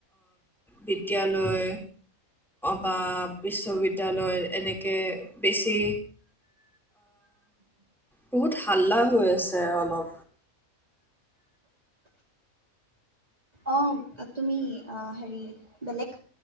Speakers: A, in the centre; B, on the right.
A: বিদ্যালয় বা বিশ্ববিদ্যালয় এনেকৈ অঁ বেছি বহুত ভাল হেল্ল হৈ আছে অলপ।
B: অ তুমি অ হেৰি বেলেগ